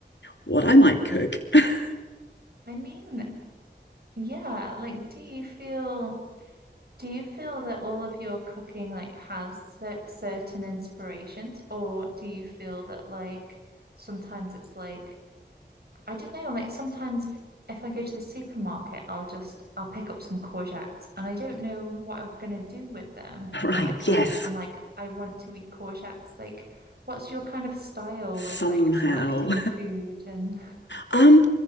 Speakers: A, on the left; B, on the right.
A: what I might cook? <laughs>
B: I mean, Yeah, like do you feel do you feel that all of your cooking like has cer certain inspirations or do you feel that like sometimes it's like I don't know like sometimes if, if I go to the supermarket I'll just I'll pick up some courgettes and I don't know what I'm gonna do with them
A: Right,
B: but I kind
A: yes,
B: of I'm like I want to eat courgettes like what's your kind of style
A: somehow.
B: with like selecting food and
A: Um,